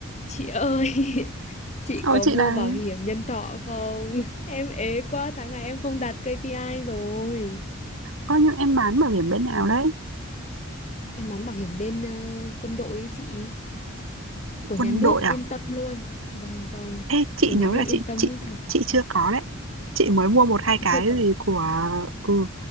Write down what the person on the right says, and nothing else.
Ôi,
chị
đấy,
ơ, nhưng em bán bảo hiểm bên nào đấy?
Quân
đội à?
Ê, chị
nhớ
là
chị
chị
chị chưa có đấy. Chị mới mua một hai
cái
gì của ừ,